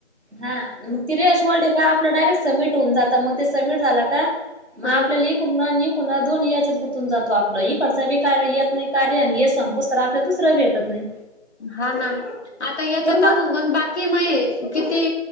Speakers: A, on the right; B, on the left.
A: हा मग ती रेश वल्ट का आपलं डायरेक्ट सबमिट होऊन जात मग ते सबमिट झालं का. मग
B: हा
A: आपल्याला एकण एकण दोन याच्यात गुथून जातो आप. ल इकडचं बी कार येत नाही कार्य हे संपोच तर आपल्याला दुसरा भेटत नाही.
B: हा आता याच्या.
A: पूर्ण
B: <unintelligible> कि मय किती